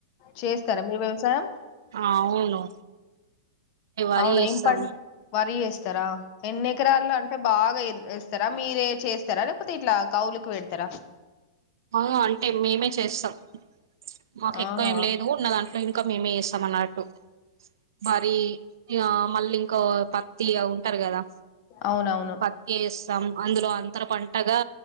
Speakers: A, on the left; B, on the right.
A: చేస్తరా మీరు వ్యవసాయం
B: ఆ అవును వరి
A: అవునా
B: చేస్తాం
A: ఏం పం వరి ఏస్తరా ఎన్ని ఎకరాల్లో అంటే బాగ్ ఇంకా ఇం ఏస్తారా మీరే చేస్తారా లేకపోతే ఇట్లా కవులుకి పెడతారా
B: అవును అంటే మేమే చేస్తాం మాకు ఎక్కువ
A: ఆహా
B: ఏం లేదు ఉన్నదం ఇంక మేమే చేస్తాం అన్నట్టు మరి ఇగ మళ్ళీ ఇంకో పత్తి ఇగ ఉంటరు కదా
A: అవునవును
B: పత్తేస్తాం అందులో అంతర పంటగా